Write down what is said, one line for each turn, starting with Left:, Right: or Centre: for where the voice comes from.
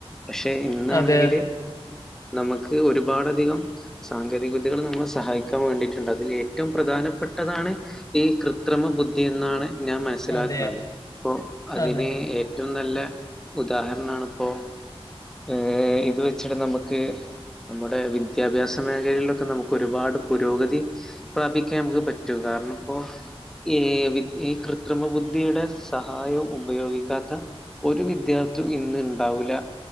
Centre: പക്ഷെ ഇന്നാണെങ്കില്
Left: അതെ
Centre: നമുക്ക് ഒരുപാട് അധികം സാങ്കേതിക വിദ്യകൾ നമ്മളെ സഹായിക്കാൻ വേണ്ടിട്ട് അതിൽ ഏറ്റവും പ്രധാനപ്പെട്ടതാണ് ഈ കൃത്രിമ ബുദ്ധി എന്നാണ് ഞാൻ മനസ്സിലാക്കുന്നത്,
Left: അതെ
Centre: അപ്പൊ അതിന്
Left: അതെ
Centre: ഏറ്റവും നല്ല ഉദാഹരണണിപ്പൊ ഏ ഐ, ഇത് വെച്ചിട്ട് നമുക്ക് നമ്മുടെ വിദ്യാഭ്യാസ മേഖലിയിലൊക്കെ നമുക്ക് ഒരുപാട് പുരോഗതി പ്രാപിക്കാൻ നമുക്ക് പറ്റും കാരണം ഇപ്പോ ഈ, ഈ കൃത്രിമ ബുദ്ധിയുടെ സഹായവും ഉപയോഗിക്കാത്ത ഒരു വിദ്യാർത്ഥുഇന്ന് ഉണ്ടാവൂല്ല